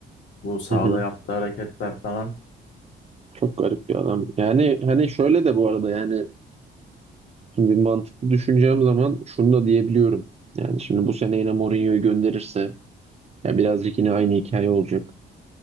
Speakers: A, on the left (about 65°); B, on the right (about 30°).
A: bu sahada
B: Hı hı.
A: yaptığı hareketler falan
B: Çok garip bir adam. Yani hani şöyle de bu arada yani şimdi mantıklı düşüneceğim zaman şunu da diyebiliyorum. Yani şimdi bu sene yine Mourinho'yu gönderirse ya birazcık yine aynı hikaye olacak.